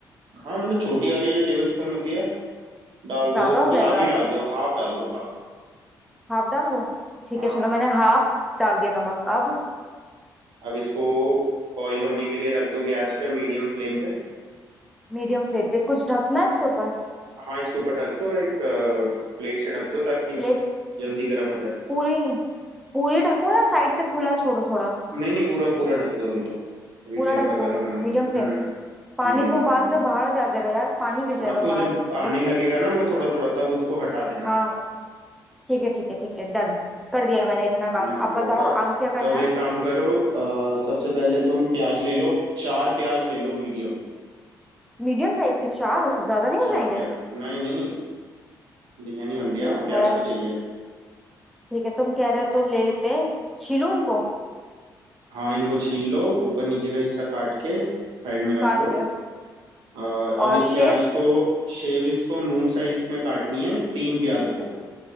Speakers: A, on the right; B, in the centre.
A: हाँ मतलब छोटी वाली जो टेबल स्पून होती है डाल
B: ज्यादा
A: दो उसकी
B: हो जाएगा
A: आधी डाल दो हाफ डाल दो हाफ
B: हाफ डाल दूं ठीक
A: हाँ
B: है चलो मैंने हाफ डाल दिया नमक अब
A: अब इसको बॉईल होने के लिए रख दो गैस पे मीडियम फ्लेम पे
B: मीडियम फ्लेम पे कुछ ढकना है इसके ऊपर
A: हाँ इसके ऊपर ढक दो एक प्लेट से ढक दो ताकि
B: प्लेट
A: जल्दी गर्म हो जाए
B: पूरी पूरी ढकूं या साइड से खुला छोड़ू थोड़ा
A: नहीं नहीं पूरा पूरा ढक दो अभी तो अभी
B: पूरा
A: तो एक
B: ढक
A: बार गर्म
B: दूं
A: होने दो
B: मीडियम फ्लेम
A: हम्म
B: पे पानी
A: मीडियम
B: से उबाल
A: फ्लेम पे
B: से बाहर आ जाएगा यार पानी गिर जाएगा
A: हाँ तो
B: बाहर
A: जब
B: अगर
A: आने लगेगा ना वो थोड़ा थोड़ा तब उसको हटा देना
B: हाँ
A: हल्का
B: ठीक है ठीक है ठीक है डन कर दिया मैंने इतना काम
A: है ना
B: अब
A: ये हो
B: बताओ
A: गया
B: आगे क्या करना
A: तो अब एक
B: है
A: काम करो अ, सबसे पहले तुम प्याज ले लो चार प्याज ले लो मीडियम
B: मीडियम साइज के चार ज्यादा नहीं
A: चार
B: हो जाएंगे
A: प्याज नहीं नहीं बिरयानी बन रही
B: ठीक
A: है ना प्याज
B: है
A: तो चाहिए
B: ठीक है तुम कह रहे हो तो ले लेते हैं। छीलूं इनको
A: हाँ इनको छील लो ऊपर नीचे का हिस्सा काट के साइड में रख
B: काट
A: लो
B: लिया
A: अ,
B: और
A: अब इस
B: शेप
A: प्याज को शेव इसको मून साइज में काटनी है तीन प्याज को